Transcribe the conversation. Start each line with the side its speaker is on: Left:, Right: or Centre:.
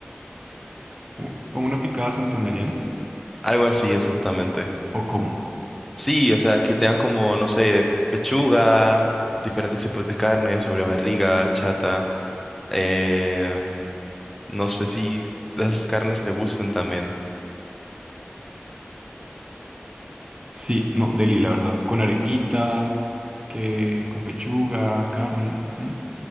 Right: o- como una picada santandereana,
Centre: Algo así, exactamente.
Right: o como.
Centre: Sí, o sea, que tengan como, no sé, pechuga, diferentes tipos de carne, sobre barriga, chata. eh, no sé si las carnes te gusten también.
Right: Sí, no, deli, la verdad, con arepita, que con pechuga, carne, mm,